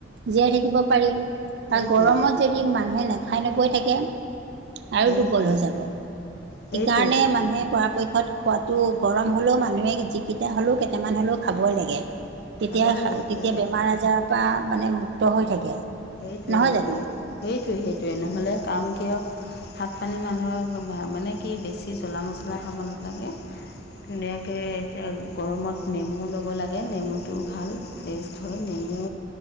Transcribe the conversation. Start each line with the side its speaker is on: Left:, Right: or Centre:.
Right: জীয়াই থাকিব পাৰিম
Left: সেইটোৱেই
Right: বা গৰমত যদি মানুহে নাখাই নবৈ থাকে, আৰু
Left: সেইটোৱে
Right: দুৰ্বল হৈ যাব সেইকাৰণে
Left: সেইটোৱেইটো
Right: মানুহে পৰাপক্ষত খোৱা তো গৰম হ'লেও মানুহে যিকেইটা হ'লেও কেইটামান হ'লেও খাবই লাগে। তেতিয়া
Left: খাব লাগে খাব
Right: তেতিয়া
Left: লাগে
Right: বেমাৰ আজাৰৰ পৰা মানে মুক্ত হৈ থাকে।
Left: সেইটোৱে
Right: নহয়
Left: সেইটোৱে
Right: জানো
Left: সেইটোৱে সেইটোৱে নহ'লে কাৰণ কিয় ভাত পানী মানুহক মানে কি বেছি জ্বলা মছলা খাব নালাগে। ধুনীয়াকে এতিয়া গৰমত নেমু ল'ব লাগে নেমুটো ভাল। বেষ্ট হয়, নেমু